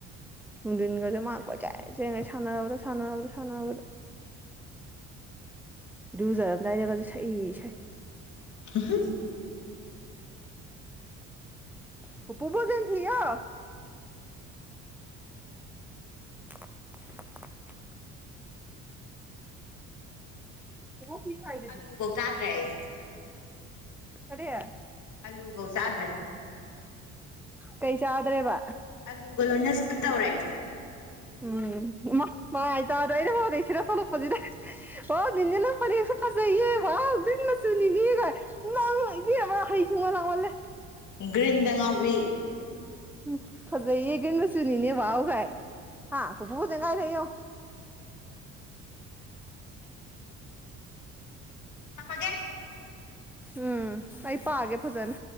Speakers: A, in the centre; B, on the left.
A: ꯒꯔꯁꯦ ꯃꯥ ꯀꯣꯏ ꯆ ꯆꯦꯉꯩ ꯁꯥꯟꯅꯕ꯭ꯔꯥ ꯁꯥꯟꯅꯕꯕ꯭ꯔ ꯁꯥꯟꯅꯕꯕ꯭ꯔ ꯔꯨꯖꯔꯝꯗꯥꯏꯗꯒꯁꯨ ꯁꯛꯏ ꯏꯁꯩꯛ
B: ꯍ ꯍꯥ
A: ꯄꯄꯨ ꯣꯖꯟꯁꯤꯣ <inaudible> ꯑꯣ ꯄ ꯐꯥꯏ
B: ꯑꯂꯨꯕꯧ ꯆꯥꯗ꯭ꯔꯦ ꯑꯩ
A: ꯀꯔꯤꯌꯥ
B: ꯑꯜꯨꯕꯧꯁꯥꯗ꯭ꯔꯦ
A: ꯀꯩ ꯆꯗ꯭ꯔꯦꯕ
B: ꯑꯂꯨꯒ ꯂꯣꯏꯅ ꯏꯁꯀꯤꯞ ꯇꯧꯔꯦ
A: ꯎꯝ ꯃꯥꯏ ꯇꯥꯗ ꯑꯩꯅ ꯃꯥꯗꯩ ꯁꯤꯔ ꯊꯣꯛꯂꯛꯄꯁꯤꯗ ꯑꯣꯅ ꯐꯖꯌꯦ ꯋꯥꯆꯅꯤꯒ ꯃꯥꯉ ꯏꯕ ꯍꯩꯁꯨꯨꯡꯉ ꯂꯥꯡꯑꯣꯂꯦ
B: ꯒ꯭ꯔꯤꯟꯗ ꯉꯥꯎꯋ
A: ꯎꯝ ꯐꯖꯩꯌꯦꯒꯕꯁꯨꯨꯅꯤꯅꯦꯕꯕꯒꯥꯏ ꯍꯥꯥ ꯀꯣꯄꯨ ꯐꯖꯅ ꯀꯥꯏ ꯂꯩꯌꯣ
B: ꯊꯝꯃꯒꯦ
A: ꯎꯝ ꯑꯩ ꯄꯥꯒꯦ ꯐꯖꯅ